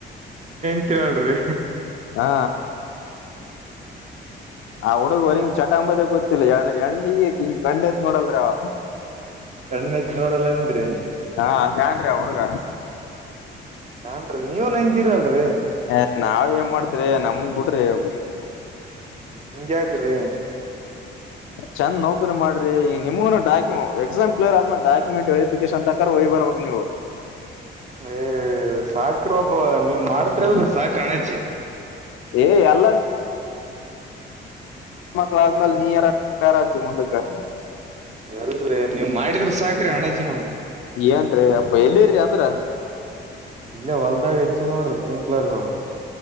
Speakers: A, on the right (about 35°); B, on the left (about 85°).
A: ಹತ್ತ ಹೇಳಲ್ರಿ
B: ಹಾ ಆ ಹಡುಗ ವರ ಚಟ್ ಗೊತ್ತಿಲ್ಲಣ ಎಣ್ಣ ಕಣ್ಣೆತ್ ನೋಡಲ್ರಿ ಅವ,
A: ಕಣ್ಣೆತ್ ನೋಡಲ್ಲ ಅಂದ್ರಿ
B: ಅ ಅಂತ ನಾನ್ರಿ ಆ ಹುಡುಗ
A: ನಾನ್ರಿ ನೀವನ್ ಹೆಂಗಿರಲ್ರರಿ.
B: ಹ ನಾವ ಏನ್ ಮಾಡ್ತ್ರರಿ ನಮನ್ ಬಿಡ್ರಿ ಹೋಗ
A: ಹಂಗ ಯಾಕ್ರಿ
B: ಚಂದ್ ನೌಕರಿ ಮಾಡ್ರಿ ನಿಮಗನು ಡಕು ಎಕ್ಸಾಮ್ ಕ್ಲಿಯರ್ ಆದ್ಮೇ ಡಾಕುಮೆಂಟ್ ವೆರಿಕೇಶನ್ ತಕ ಹೋಗ್ ಬರೋಗ್ ನೀವು
A: ಏ ಸಾಕ್ರ ಒಬ್ಬ ನೀವ್ ಮಾಡ ಹತ್ರ ಸಹ ಕಾಣಚ್ಚ
B: ಏ ಎಲ್ಲ ಮಕ್ಕಳ ಆದ್ಮೇಲೆ ನೀರಾರಾತವಿ ಮುಂದಕ್ಕೆ.
A: ಹೇಳ್ರಿ ನೀವು ಮಾಡಿದ್ರ ಸಾಕ್ರರಿ ಅಣಾಜು ನಮ್ಮ.
B: ಏನ್ರೀ ಅಪ್ಪ ಎಲ್ಲಿರರಿ ಅಂದ್ರ.
A: ಇಲ್ಲೇ ಹೊಲ್ದಾಗ ಹೆಚ್ಚಿ ನೋಡ್ರಿ. ಸ್ಪ್ರಿಂಕ್ಲಾರ್ಗಳು